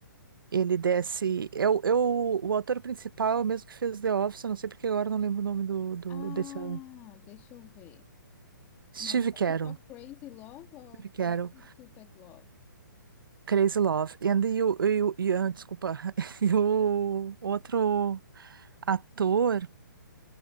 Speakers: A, on the right; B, on the left.
A: Ele desce. É o, é o, o ator principal, é o mesmo que fez The Office, eu não sei porque agora eu não lembro o nome do, do
B: Ah,
A: desse. ano.
B: deixa eu ver.
A: Steve
B: Mas
A: Carell.
B: é só Crazy Love ou
A: Steve
B: Crazy
A: Carell,
B: Stupid Love?
A: Crazy Love. E And you, you, you, ah, desculpa. <laughs> E o outro ator.